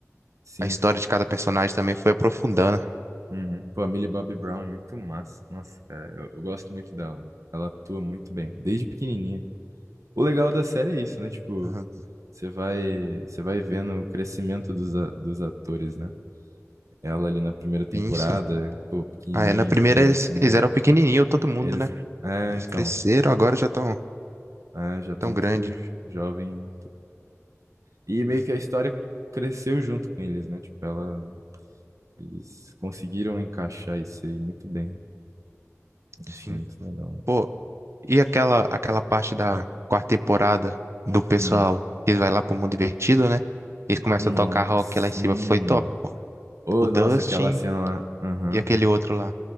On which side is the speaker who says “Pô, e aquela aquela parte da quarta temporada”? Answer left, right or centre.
Right